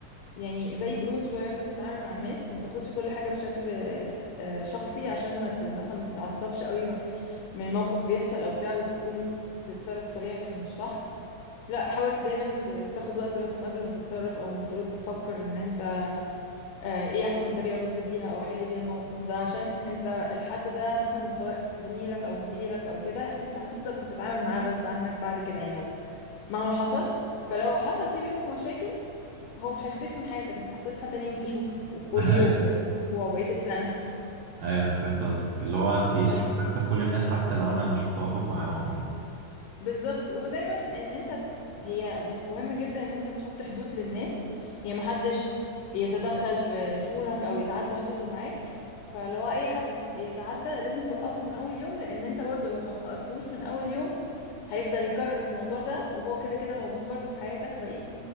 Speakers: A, on the left (about 85°); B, on the right (about 80°).
A: يعني زي برود شوية وانت بتتعامل مع الناس ما تاخدش كل حاجة بشكل آه، شخصي عشان ما ت- مثلا ما تتعصبش قوي م- من موقف بيحصل او بتاع وتقوم تتصرف بطريقة مش صح لا حاول دايما ت- تاخد وقت مثلا قبل ما تتصرف او ما ترد فكر ان انت آه، ايه احسن طريقة ارد بيها او احل بيها الموقف ده عشان انت الحد ده مثلا سواء زميلك او مديرك او كده انت هتفضل بتتعامل معاه غصب عنك بعد كده يعني لو مهما حصل فلو حصل في بينكم مشاكل هو مش هيختفي من حياتك انت هتصحى تاني يوم تشوفه وكل
B: <laughs>
A: يوم
B: أيوه
A: بقية الأسبوع وبقية السنة
B: أيوه أنا فهمت قصدك اللي هو أنت
A: أيوة.
B: حابة أكسب كل الناس حتى لو أنا مش متوافق معاهم يعني
A: بالظبط ودايما ان انت ت- هي م- مهم جدا ان انت تحط حدود للناس يعني محدش يتدخل في شؤونك او يتعدى حدوده معاك فلو اي حد يتعدى لازم توقفه من اول يوم لان انت برضو لو ما وقفتوش من اول يوم هيفضل يكرر الموضوع ده وهو كده كده موجود برضو في حياتك بقية